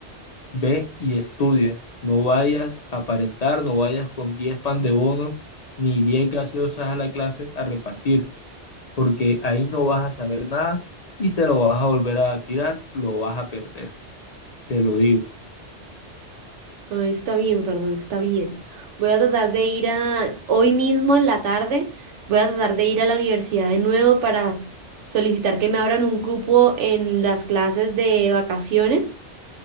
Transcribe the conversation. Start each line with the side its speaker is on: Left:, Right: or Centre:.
Left: ve y estudia. No vayas a aparentar, no vayas con 10 pan de bono ni 10 gaseosas a la clase a repartir. porque ahí no vas a saber nada y te lo vas a volver a tirar, lo vas a perder, te lo digo.
Right: No, está bien, Fernando, está bien. Voy a tratar de ir a, hoy mismo en la tarde, voy a tratar de ir a la universidad de nuevo para solicitar que me abran un cupo en las clases de vacaciones